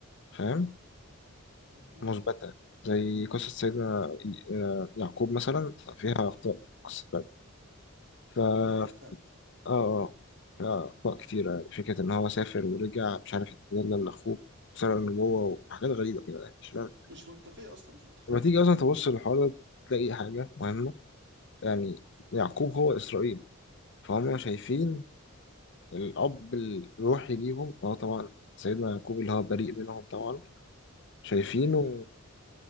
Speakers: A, on the left (about 55°); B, on the right (about 55°).
A: فاهم
B: مم.
A: مثبتة زي قصة سيدنا ي- آه، يعقوب مثلا فيها أخطاء في قصة بعد ف اه
B: دي حقيقه فعلا
A: آه، فيها أخطاء كتيرة يعني فكرة إن هو سافر ورجع مش عارف يتدلل لأخوه سرق النبوة وحاجات غريبة كده يعني مش فاهم
B: مش منطقيه اصلا مش منطقيه
A: لما تيجي أصلا تبص للحوار ده تلاقي حاجة مهمة يعني يعقوب هو إسرائيل فهم شايفين الأب الروحي ليهم هو طبعا سيدنا يعقوب اللي هو بريء منهم طبعا شايفينه
B: دي حقيقه فعلا